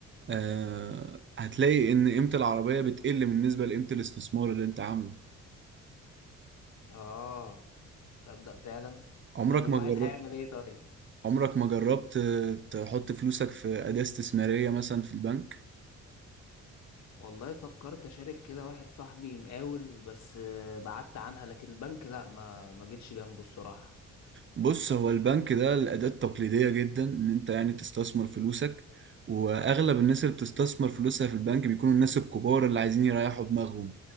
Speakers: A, on the right; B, on the left.
A: آه، هتلاقي إن قيمة العربية بتقل بالنسبة لقيمة الاستثمار اللي أنت عامله
B: اه تصدق فعلا
A: عمرك
B: طب الواحد
A: ما جربت
B: هيعمل ايه طيب
A: عمرك ما جربت تحط فلوسك في أداة استثمارية مثلا في البنك
B: والله فكرت اشارك كده واحد صاحبي مقاول بس آه، بعدت عنها لكن البنك لا ما ما جيتش جنبه الصراحة
A: بص هو البنك ده الأداة التقليدية جدا إن أنت يعني تستثمر فلوسك وأغلب الناس اللي بتستثمر فلوسها في البنك بيكونوا الناس الكبار اللي عايزين يريحوا دماغهم